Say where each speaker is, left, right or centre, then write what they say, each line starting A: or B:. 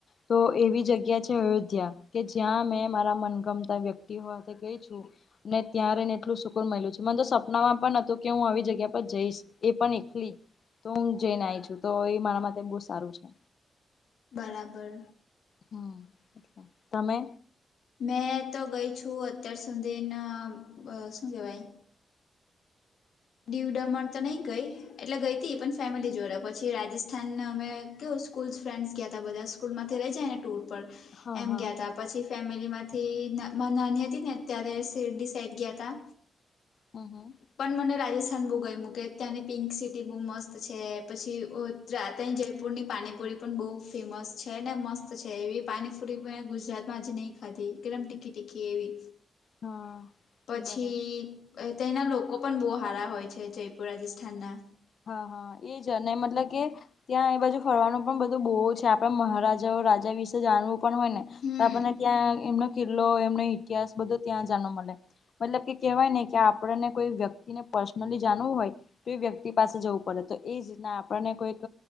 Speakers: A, on the left; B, on the left.
A: તો એવી જગ્યા છે અયોધ્યા કે જ્યાં મેં મારા મનગમતા વ્યક્તિઓ સાથે ગઈ છું. ને ત્યા્યારે ને એટલું સુકુર મળેલ્યું છે મને તો સપનામાં પણ હતું કે હું આવી જગ્યા પર જઈશ. એ પણ એકલી તો હું જઈને આવી છું તો એ મારા માટે બહુ સારું છે.
B: બરાબર.
A: હમ તમે.
B: મેં તો ગઈ છું અત્યાર સુધીના શું કેહેવાય. દીવ દમણ તો નહીં ગઈ એટલે ગઈ હતી પણ ફેમિલી જોડે પછી રાજસ્થાન અમે કે સ્કૂલ ફ્રેન્ડસ ગયા તા બધા સ્કૂલમાંથી રહી જાયને ટુર પર
A: હા
B: એમ
A: હા
B: ગયા ત્યાં. પછી ફેમિલીમાંથી નાની હતી ને ત્યારે શડી સાઇડ ગયા હતા.
A: હમ હમ.
B: પણ મને. રાજસ્થાન બહુ ગય મૂકે ત્યાંની પિંક સિટી બહુ મસ્ત છે પછી ત્યાંની જયપુરની પાણીપુરી. પણ બહુ ફેમસ છે ને મસ્ત છે એવી પાણીપુરી પણ ગુજરાતમાં હજ નહીં. અદી એકદમ ટીકી ટીકી એવી.
A: હા
B: પછી
A: બરાબર
B: તેના લોકો પણ બો. ભાડા હોય છે જયપુરા રાજસ્થાનના.
A: હા હા એ જ મતલબ કે ત્યાં એ બાજુ ફરવાનું પણ બધું બહુ છે આપણા મહારાજાઓ રાજા વિશે જાણવું પણ હોય ને
B: હમ
A: તો આપણને ત્યાં એમનો કિલ્લો એમનો ઇતિહાસ બધો ત્યાં જાણવ મળે મતલબ કે કેહેવાય નને કે આપણને કોઈ વ્યક્તિને પર્સનલી જાણવું હોય તો એ વ્યક્તિ પાસે જવું પડે તો એ જીતના આપણને કોઈક